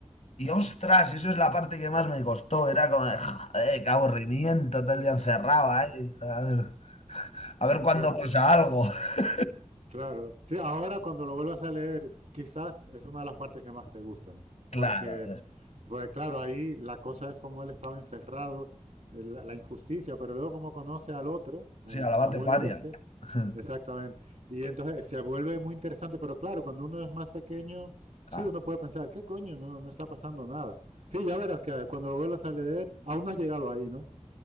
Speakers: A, on the left (about 65°); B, on the right (about 80°).
A: y ostras, eso es la parte que más me costó. Era como, de, joder, qué aburrimiento, todo el día encerrado ahí. A ver, a ver cuándo
B: claro.
A: pasa algo. <laughs>
B: Claro, sí, ahora cuando lo vuelvas a leer, quizás es una de las partes que más te gustan,
A: Claro.
B: porque, pues claro, ahí la cosa es como él estaba encerrado, eh, la, la injusticia, pero luego como conoce al otro, al,
A: Sí, a
B: al
A: la Batefaria.
B: abuelo este,
A: <laughs>
B: exactamente, y entonces se vuelve muy interesante, pero claro, cuando uno es más pequeño, sí,
A: Ah,
B: uno puede pensar, ¿qué coño? No, no está pasando nada. Sí, ya verás que cuando lo vuelvas a leer, aún no has llegado ahí, ¿no?